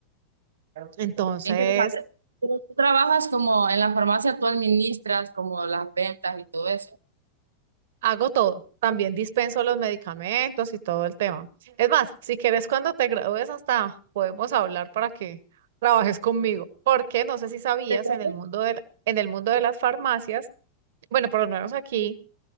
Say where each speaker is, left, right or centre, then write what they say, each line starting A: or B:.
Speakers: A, on the right; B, on the right.
A: Entonces,
B: Qué interesante. Pero tú trabajas como en la farmacia, tú administras como las ventas y todo eso.
A: hago todo. También dispenso los medicamentos y todo el tema. Es más, si quieres, cuando te gradúes, hasta podemos hablar para que trabajes conmigo. Porque no sé si sabías,
B: Te cuento
A: en el mundo del, en el mundo de las farmacias, bueno, por lo menos aquí